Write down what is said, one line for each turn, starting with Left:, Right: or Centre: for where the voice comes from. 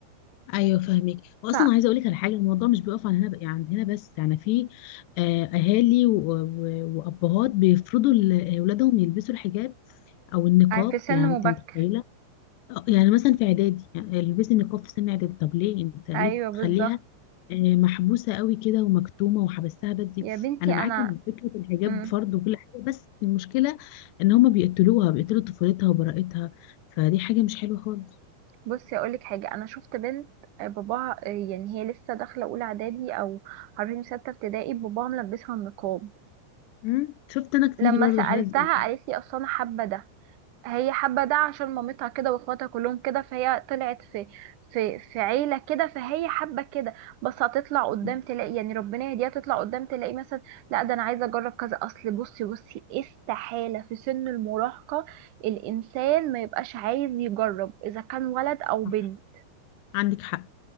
Left: ايوه فاهمك واصلا
Right: ف...
Left: عايزه اقول لك على حاجه الموضوع مش بيقف عن هنا عند هنا بس يعني في آه، اهالي و- و- وابهات بيفرضوا لاولادهم يلبسوا الحجاب او النقاب
Right: في سن
Left: يعني انت
Right: مبكر
Left: متخيله آه، يعني مثلا في اعدادي يعني البسي نقاب في سن اعدادي طب ليه انت ليه
Right: ايوه
Left: بتخليها
Right: بالظبط
Left: آه، محبوسه قوي كده ومكتومه وحبستها بدري
Right: يا بنتي
Left: انا معاك
Right: انا
Left: ان فكره الحجاب
Right: مم.
Left: فرض وكل حاجه بس المشكله ان هما بيقتلوها بيقتلوا طفولتها وبراءتها فدي حاجه مش حلوه خالص
Right: بصي اقولك حاجه انا شفت بنت آه، باباها آه، يعني هي لسه داخله اولى اعدادي او عارفين سته ابتدائي باباها ملبسها النقاب
Left: مم. شفت انا كتير
Right: لما
Left: برضو
Right: سالتها
Left: حالات زي دي.
Right: قالت لي اصل انا حابه ده هي حابه ده عشان مامتها كده واخواتها كلهم كده فهي طلعت في في في عيله كده فهي حابه كده بس هتطلع قدام
Left: مم.
Right: تلاقي يعني ربنا يهديها تطلع قدام تلاقي مثلا لا ده انا عايزه اجرب كذا اصل بصي بصي إيه استحاله في سن المراهقه الانسان ما يبقاش عايز يجرب اذا كان ولد او بنت
Left: صح عندك حق